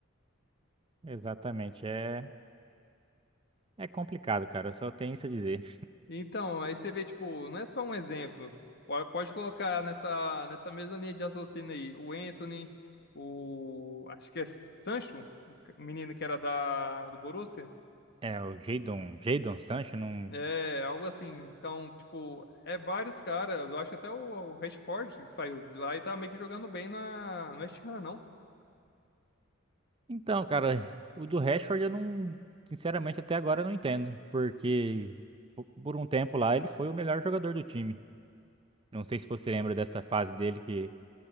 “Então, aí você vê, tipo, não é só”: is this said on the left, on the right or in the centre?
Left